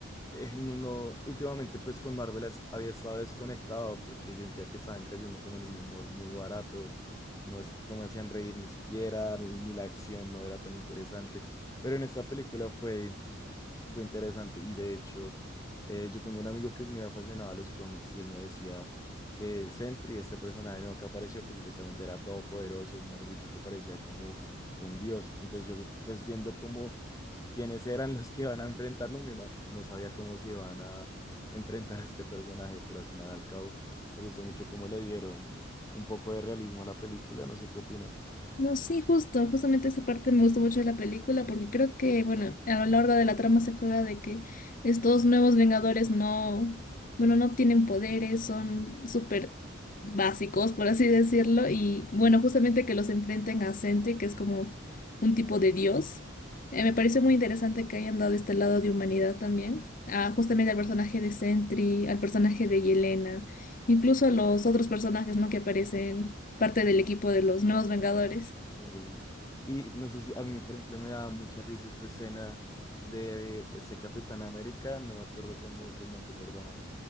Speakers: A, on the left (about 15°); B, on the left (about 40°).
A: eh, no, no, últimamente pues con Marvel es- había estado desconectado porque sentía que estaban cayendo como en un humor muy barato, no, es- no me hacían reír ni siquiera, ni, ni la acción no era tan interesante, pero en esta película fue fue interesante. Y de hecho, eh, yo tengo un amigo que es muy aficionado a los cómics y él me decía que Sentry, este personaje nuevo que apareció, que supuestamente era todopoderoso, mejor dicho, que parecía como un dios. Entonces yo, pues viendo cómo quiénes eran los que iban a enfrentarlo, me ima- no sabía cómo se iban a enfrentar a este personaje, pero al final al cabo me gustó mucho cómo le dieron un poco de realismo a la película. No sé qué opinas.
B: No, sí, justo, justamente esa parte me gustó mucho de la película porque creo que, bueno, a lo largo de la trama se juega de que estos nuevos Vengadores no, bueno, no tienen poderes, son súper básicos, por así decirlo, y bueno, justamente que los enfrenten a Sentry, que es como un tipo de dios. Eh, me pareció muy interesante que hayan dado este lado de humanidad también, a, justamente al personaje de Sentry, al personaje de Yelena, incluso a los otros personajes, ¿no? que aparecen parte del equipo de los Nuevos Vengadores.
A: Pobre. Y no sé si a mí, por ejemplo, me daba mucha risa esta escena de este Capitán América, no me acuerdo cómo es el nombre, perdóname,